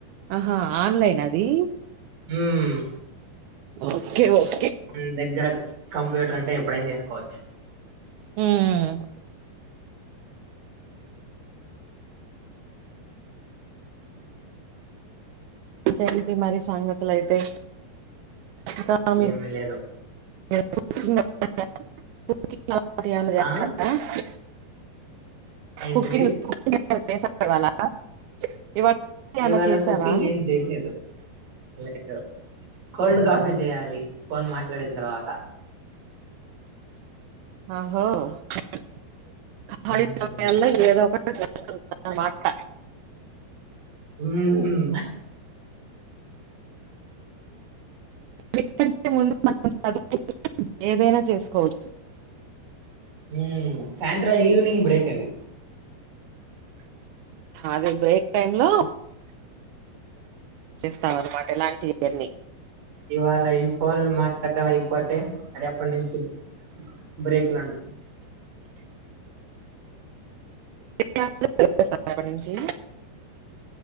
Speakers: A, on the right; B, on the right.
A: ఆహా ఆన్లైన్ అది
B: హమ్
A: ఓకే మరి
B: మన దగ్గర కంప్యూటర్ అంటే ఎప్పుడైనా చేసుకోవచ్చు
A: హమ్ ఇంకా ఏంటి మరి సంగతులు అయితే ఇంకా
B: గేమ్
A: మీరు
B: ఏ లేదు
A: <inaudible> <unintelligible>
B: ఆ ఏంటిది
A: కుకింగ్ <unintelligible> <unintelligible> ఏమన్నా
B: ఇవాళ
A: చేసావా
B: కుకింగ్ ఏం చేయలేదు లేదు కోల్డ్ కాఫీ చేయాలి ఫోన్ మాట్లాడిన తర్వాత
A: ఆహో <unintelligible> <unintelligible>
B: మ్మ్.
A: మాత
B: మ్మ్.
A: ఎకంటే <unintelligible> ముందు మనం చదు ఏదైనా చేసుకోవచ్చు
B: హ్మ్ సాయంత్రం ఈవెనింగ్ బ్రేక్ అది
A: అదే బ్రేక్ టైమ్ లో చేస్తాం అనమాట ఇలాంటివన్నీ
B: ఇవాళ ఈ ఫోన్లు మాట్లాడటం అయిపోతే రేపటి నుంచి బ్రేక్లు ఉన్నా
A: రేపటి నుంచి